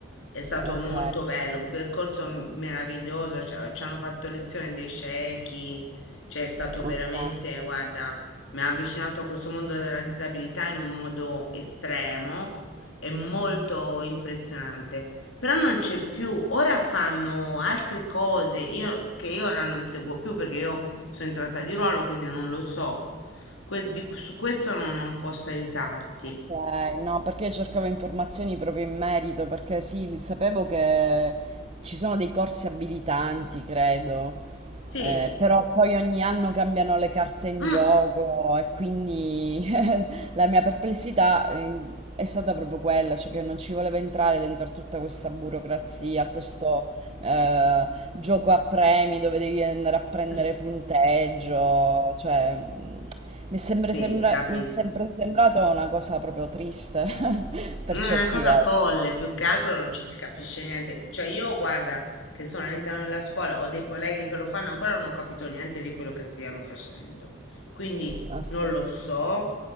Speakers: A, on the left; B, on the right.
A: È stato
B: ok,
A: molto bello, un percorso m- meraviglioso, ci ha- ci hanno fatto lezione dei ciechi, cioè è stato
B: ok.
A: veramente, guarda, mi ha avvicinato a questo mondo della disabilità in un modo estremo e molto impressionante. Però non c'è più, ora fanno altre cose io, che io ora non seguo più perché io sono entrata di ruolo, quindi non lo so. Que- di- su questo non non posso aiutarti.
B: Ok, no, perché io cercavo informazioni proprio in merito, perché sì, sapevo che ci sono dei corsi abilitanti, credo,
A: Sì.
B: eh, però poi ogni anno cambiano le carte in
A: Mm.
B: gioco e quindi la mia perplessità eh, è stata proprio quella, cioè che non ci voleva entrare dentro a tutta questa burocrazia, a questo eh, gioco a premi dove devi andare a prendere
A: <laughs>
B: punteggio, cioè mm, mi è sempre,
A: Sì,
B: sembra-
A: ti capisco.
B: mi è sempre sembrato una cosa proprio triste <laughs> per
A: No,
B: certi
A: È una cosa
B: versi.
A: folle, più che altro non ci si capisce niente. Cioè, io guarda che sono all'interno della scuola, ho dei colleghi che lo fanno, ancora non ho capito niente di quello che stiano facendo. Quindi
B: Ah sì,
A: non lo so,